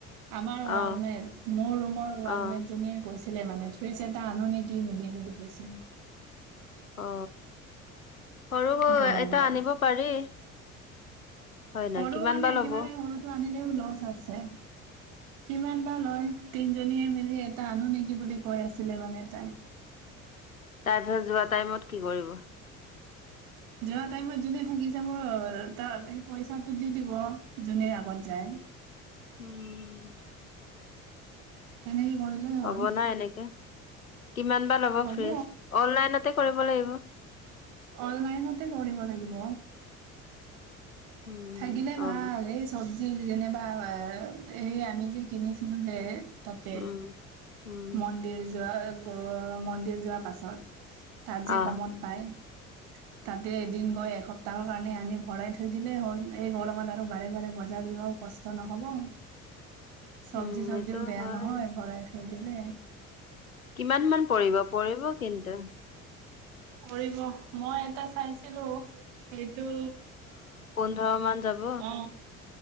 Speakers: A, on the right (about 60°); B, on the left (about 85°).
A: আমাৰ ৱালমেট
B: অ
A: মোৰ ৰুমৰ ৱালমেটজনীয়ে
B: অ
A: কৈছে। ছিলে মানে ফুইজ এটা আনো নেকি মিলি বুলি কৈছিল।
B: অ, সৰু
A: গৰম
B: এটা
A: কাল
B: আনিব পাৰি। হয় নহয়
A: সৰু
B: কিমান
A: মানে
B: বা
A: একেবাৰে
B: ল'ব
A: সৰুতটো আনিলেও লচ আছে কিমান বা লয় তি জনীয়ে মেলি এটা আনো নেকি বুলি কৈ আছিলে মানে তাই।
B: তাৰপিছত যোৱা টাইমত কি কৰিব
A: যোৱা টাইমত যোনে থাকিছে মোৰ তাক সেই পইচাটো দি দিব যোনে আগত যায়।
B: উম।
A: তেনেকে কৰো যে হ'ল।
B: হ'ব না কিমান বা ল'ব
A: হ'ব
B: ফ্ৰজ অনলাইনতে কৰিব লাগিব।
A: অনলাইনতে কৰিব লাগিব।
B: উম
A: থাকিলে
B: অ
A: ভাল এই চব। যেনিবা এই আমি যে কিনিছিলো যে তাতে
B: উম উম
A: মন্দিৰ যোৱা মন্দিৰ যোৱাৰ পাছত তাত যে
B: আহ
A: কমত পায় তাতে এদিন গৈ এসপ্ত তাৰ কাৰণে আনি ভৰাই থৈ দিলেই হ'ল। এই গল মালাৰ বাৰে, বাৰে বজাৰ যিব কষ্ট নহব। চব্জি,
B: উম
A: চব্জিও
B: এইটো
A: বেয়া
B: হয়
A: নহয় ভৰাই থৈ দিললে
B: কিমান মান পৰিব, পৰিব কিন্তু।
A: কৰিব মই এটা চাইছিলো সেইটো।
B: দহ মান যাব।
A: অ,